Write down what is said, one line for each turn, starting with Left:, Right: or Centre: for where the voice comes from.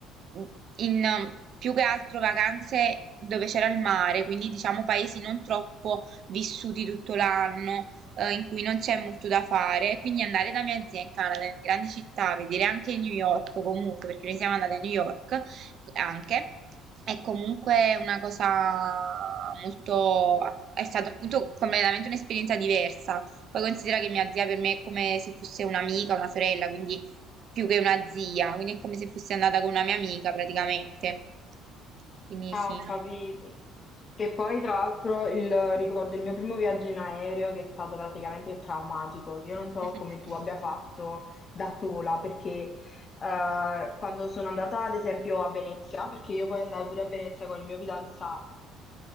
Right: mh, in più che altro vacanze dove c'era il mare, quindi diciamo paesi non troppo vissuti tutto l'anno, eh, in cui non c'è molto da fare. Quindi andare da mia zia in Canada, in grandi città, vedere anche New York comunque, perché noi siamo andate a New York anche, è comunque una cosa molto... È stata appunto completamente un'esperienza diversa. Poi considera che mia zia per me è come se fosse un'amica, una sorella, quindi più che una zia, quindi è come se fossi andata con una mia amica praticamente. Quindi
Left: Ah,
Right: sì.
Left: ho capito. Che poi, tra l'altro, il- ricordo il mio primo viaggio in aereo che è stato praticamente traumatico. Io non so
Right: <laughs>
Left: come tu abbia fatto da sola, perché eh, quando sono andata, ad esempio, a Venezia, perché io poi andavo pure a Venezia con il mio fidanzato,